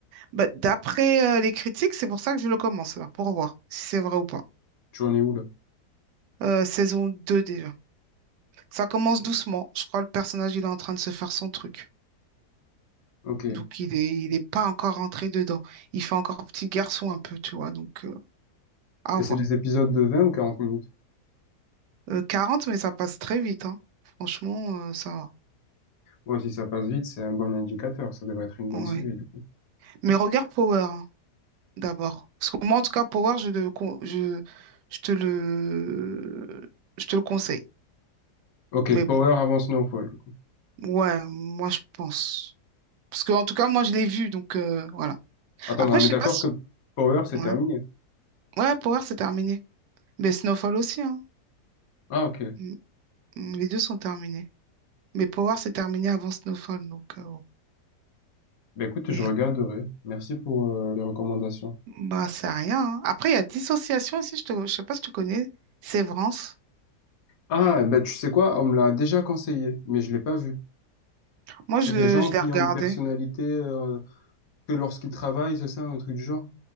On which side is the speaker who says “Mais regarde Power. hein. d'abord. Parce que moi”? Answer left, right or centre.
Right